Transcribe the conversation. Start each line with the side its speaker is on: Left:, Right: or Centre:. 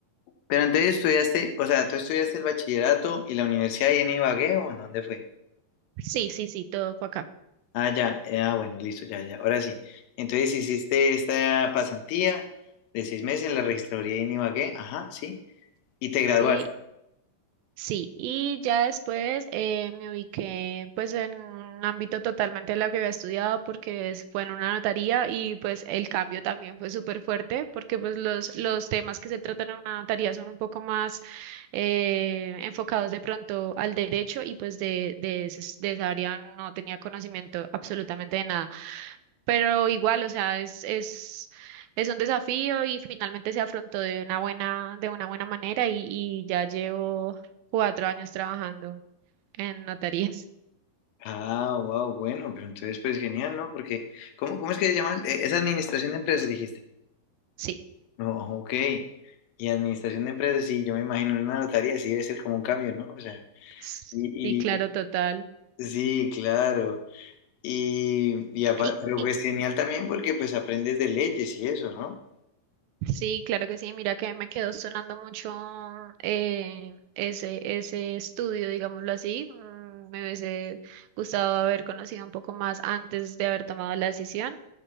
Left: pero entonces estudiaste, o sea, ¿tú estudiaste el bachillerato y la universidad ahí en Ibagué o en dónde fue?
Right: Sí, sí, sí, todo fue acá.
Left: Ah, ya, eh, ah, bueno, listo, ya, ya, ahora sí. Entonces hiciste esta pasantía de seis meses en la registraduría de Inbagué, ajá, sí, y te graduaste.
Right: Sí, sí. Y ya después eh, me ubiqué pues en un ámbito totalmente de lo que había estudiado porque es- fue en una notaría y pues el cambio también fue súper fuerte porque pues los, los temas que se tratan en una notaría son un poco más eh, enfocados de pronto al derecho y pues de, de, ese- de esa área no tenía conocimiento absolutamente de nada. pero igual, o sea, es, es, es un desafío y finalmente se afrontó de una buena, de una buena manera y, y ya llevo cuatro años trabajando en notarías.
Left: Ah, wow, bueno, pero entonces pues genial, ¿no? Porque, ¿cómo, cómo es que se llama? Eh, Es administración de empresas, dijiste.
Right: Sí,
Left: No, ok. Y administración de empresas, sí, yo me imagino en una notaría, sí debe ser como un cambio, ¿no? O sea,
Right: sí,
Left: y,
Right: claro,
Left: y-
Right: total.
Left: sí, claro. Y, y aparte,
Right: ¿Y,
Left: pero
Right: y
Left: pues genial también porque pues aprendes de leyes y eso, ¿no?
Right: Sí, claro que sí. Mira que me quedó sonando mucho eh, ese, ese estudio, digámoslo así. Mm, Me hubiese gustado haber conocido un poco más antes de haber tomado la decisión